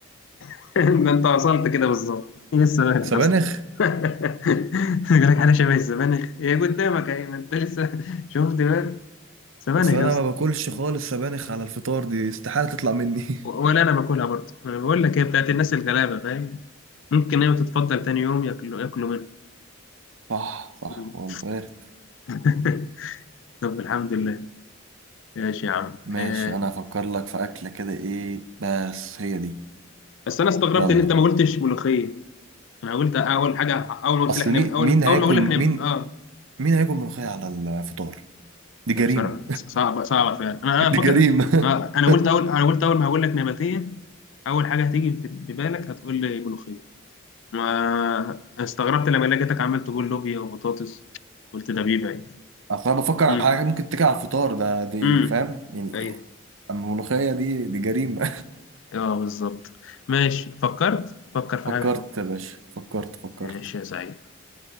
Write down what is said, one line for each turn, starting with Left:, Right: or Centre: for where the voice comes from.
Left: <laughs> ده انت وصلت كده بالظبط هي السبانخ
Right: سبانخ
Left: اصلا <laughs> يقول لك حاجه شبه السبانخ هي قدامك اهي ما انت لسه <laughs> شفت بقى سبانخ
Right: اصل انا
Left: يا اسطى
Right: ما باكلش خالص سبانخ على الفطار دي استحاله تطلع مني <laughs>
Left: ولا انا باكلها برضه انا بقول لك هي بتاعت الناس الغلابه فاهم ممكن هي تتفضل تاني يوم ياكلوا ياكلوا منها
Right: صح صح
Left: مم.
Right: والله وارد
Left: <laughs> طب الحمد لله ماشي يا عم
Right: ماشي
Left: آه.
Right: انا هفكر لك في اكله كده ايه بس هي دي
Left: بس انا استغربت
Right: يلا
Left: ان انت ما قلتش ملوخيه انا قلت اول حاجه اول ما قلت
Right: اصل
Left: لك نب...
Right: مين
Left: اول
Right: مين هياكل
Left: اول ما اقول لك
Right: مين
Left: نب... اه
Right: مين هياكل ملوخيه على الفطار دي جريمه
Left: لا بصراحة صعبة صعبة فعلا أنا أنا
Right: دي
Left: فاكر
Right: جريمه
Left: آه،
Right: <laughs>
Left: أنا قلت أول أنا قلت أول ما هقول لك نباتية أول حاجة هتيجي في في بالك هتقول لي ملوخية ما استغربت لما لقيتك عمال تقول لوبيا وبطاطس قلت ده بيبعد
Right: اصل انا بفكر على
Left: امم
Right: حاجه ممكن تيجي على الفطار ده دي
Left: امم
Right: فاهم يعني
Left: أيوه
Right: إيه؟ اما الملوخيه دي دي جريمه
Left: أه بالظبط ماشي فكرت فكر
Right: <laughs>
Left: في
Right: فكرت
Left: حاجة
Right: يا باشا فكرت فكرت
Left: ماشي يا سعيد